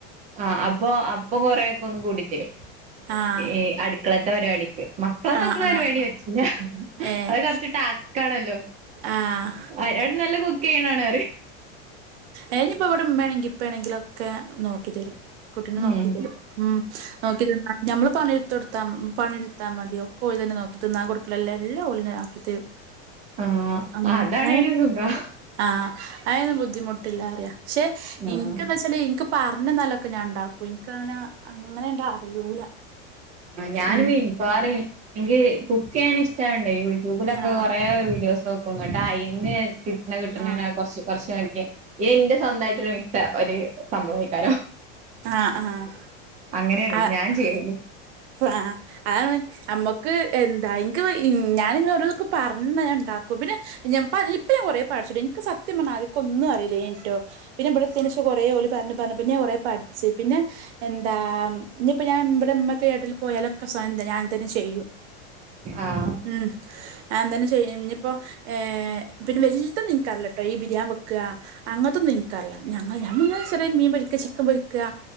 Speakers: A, on the right; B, on the right.
A: ആഹ് അപ്പൊ ഇപ്പൊ കൊറെയൊക്കെ ഒന്ന് കൂടിത്തരും
B: ആഹ്
A: ഈ അടുക്കളത്തെ പരിപാടിക്ക് ഇപ്പ നോക്കണതിന്
B: ആഹ് ആഹ്
A: വേടി വെച്ചില്ല
B: ഏഹ്
A: അത് കൊറ ച്ച് ടാസ്ക് ആണല്ലോ
B: ആഹ്
A: അതിനായിട്ട് നല്ലേ കുക്ക് ചെയ്യുന്നെയാണ്
B: അയിനിപ്പോ ഇവിടെ ഇമ്മയാണെമെങ്കിലും ഇപ്പയാണെങ്കിലും ഒക്കെ നോക്കി തരും കുട്ടിയിനെ
A: ഉം
B: നോക്കി തരും ഉം നോക്കി ത ആഹ് ഞമ്മള് പണിയെടുത്ത് കൊടുത്താ പണിെടുത്താൽ മതി ഒക്കെ അവര് തന്നെ നോക്കി തിന്നാൻ കൊടുക്കല് എല്ലാം ഓള് ആക്കി തരും
A: ആഹ്
B: അങ്ങ് <unintelligible>
A: <unintelligible>
B: ആഹ് അതൊന്നും ബുദ്ധിമുട്ടില്ല അറിയാം പക്ഷെ
A: ആഹ്
B: എനിക്കെന്താ വെച്ചാ എനക്ക് പറഞ്ഞന്നാലൊക്കെ ഞാൻ ഉണ്ടാക്കും എനിക്കങ്ങനെ അങ്ങനെ ഉണ്ടാ അറിയൂല
A: ആഹ് ഞാനും
B: ഉം
A: മി എനിക്ക് കുക്ക് ചെയ്യാൻ ഇഷ്ടവാണ്ടെ യൂട്യൂബിലൊക്കെ
B: ആഹ്
A: കൊറെ വീഡിയോസൊ ങ്ങോട്ട് ആയിന്ന് കിട്ടണ കിട്ടണ
B: ആഹ്
A: കൊറച്ച് കൊറച്ച് നോക്കിയാ എന്റെ സ്വന്തമായിട്ടൊരു മിക്സ്‌ ഒരു സംഭവമിട്ടാലോ
B: ആഹ് ആഹ്
A: അങ്ങനെയാണ്
B: ആഹ്
A: ഞാൻ ചെയ്യല്
B: ആഹ് അതാണ് നമ്മക്ക് എന്താ എനിക്ക് ഞാനിങ്ങനെ ഓരോന്നൊക്കെ പറഞ്ഞ് തന്നാ ഞാൻഉണ്ടാക്കും പിന്നെ ഞാൻ ഇപ്പൊ ഞാ കൊറെ പഠിച്ചിട്ടു എനിക്ക് സത്യം പറഞ്ഞാ എനിക്കൊന്നും അറിയില്ലാട്ടോ പിന്നെ ഇവിടെത്തീയേന് ശേ എനിക്ക് കൊറേ ഓല് പറഞ്ഞ് പറഞ്ഞ് ഞാൻ കൊറെ പഠിച്ചു പിന്നെ എന്താ ഇനിയിപ്പൊ ഞാൻ ഇവിടെ കേട്ടിൽ പോയാലൊക്കെ സ്വയവെന്തെങ്കിലും ഞാൻ തന്നെ ചെയ്യും
A: ആഹ്
B: ഉം ഞാൻ എന്തായാ ഇന്നിയിപ്പോ ഏഹ് പിന്നെ വലുതു നിക്കറല്ലട്ടോ ഈ ബിരിയാണി വെക്കുക അങ്ങനത്തൊന്നും എനക്കറീല ഞങ്ങ ഞമ്മളിങ്ങനെ ചെറിയ മീൻ പൊരിക്കാ ചിക്കൻ പൊരിക്കാ